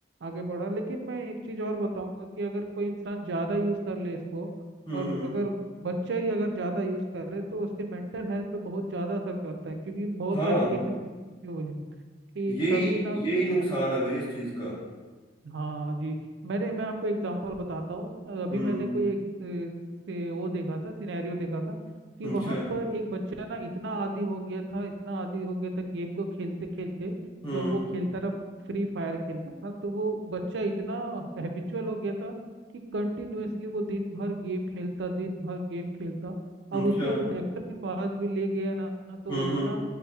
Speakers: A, on the right; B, on the left.
A: आगे बढ़ा लेकिन मैं एक चीज और बताऊंगा कि अगर कोई इंसान ज्यादा यूज कर ले इसको
B: हम्म
A: और
B: हम्म।
A: अगर बच्चा ही अगर ज्यादा यूज करे तो उसके मेंटल हेल्थ पे बहुत ज्यादा असर करता है क्योंकि बहुत
B: हाँ
A: सारे केसेस में देखे हुए हैं कि
B: यही
A: कभी ना
B: यही नुकसान है भाई इस चीज का
A: हाँ जी मैंने मैं आपको एग्जांपल बताता हूँ अभी
B: हम्म
A: मैंने कोई एक ए, से वो देखा था सिनेरियो देखा था कि वहां
B: अच्छा
A: पर एक बच्चा ना इतना आदी हो गया था इतना आदी हो गया था गेम को खेलते खेलते
B: हम्म
A: तो वो खेलता रहा फ्री फायर खेलता था तो वो बच्चा इतना हैबिचुअल हो गया था कि कंटिन्यूअसली वो दिन भर गेम खेलता दिन भर गेम खेलता
B: अच्छा
A: अब उसके वो डॉक्टर के पास भी ले गया ना तो
B: हम्म
A: वो
B: हम्म
A: ना